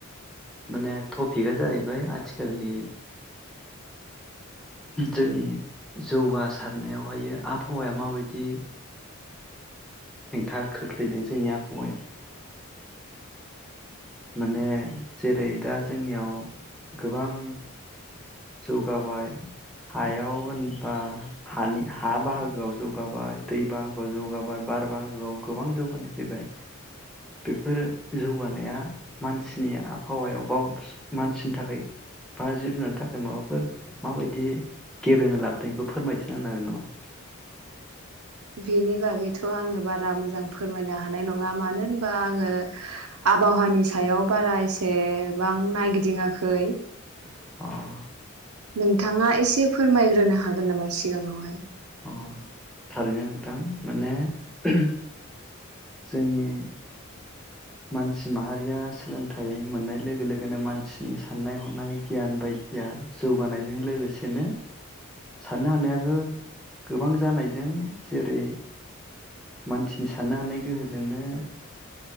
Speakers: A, in the centre; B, on the right.
A: माने टपिकआ जाहैबाय आथिखालनि जोंनि जौगासारनायावहायो आबहावाया माबायदि हेंथा खोख्लैदों जोंनि आबहावायाव? माने जेरै दा जोंनियाव गोबां जौगाबाय हायाव होनबा हानि हा बाहागोआव जौगाबाय, दै बाहागोआव जौगाबाय, बार बाहागोआव गोबां जौगानाय फैबाय बेफोरो जौगानाया मानसिनि आबहावायाव बा मानसिनि थाखाय बा जिब जुनारनि थाखाय माबाफोर माबायदि गेब्रेंनाय लाबोदों बेखौ फोरमायथिना होनो हागोन नामा?
B: बेनि बागैथ' आङो बारा मोजां फोरमायनो हानाय नङा मानो होनबा आङो आबहावानि सायाव बारा एसेबां नायगिदिङाखै।
A: हागोन
B: नोंथाङा एसे फोरमायग्रोनो हागोन नामा सिगाङावहाय?
A: अ थारैनो नोंथां माने ओहोम जोंनि मानसि माहारिया सोलोंथाइ मोननाय लोगो लोगोनो मानसिनि साननाय हनाय गियान बायदिया जौगानायजों लोगोसेनो साननो हानायाबो गोबां जानायजों जेरै मानसिनि साननो हानाय गोहोजोंनो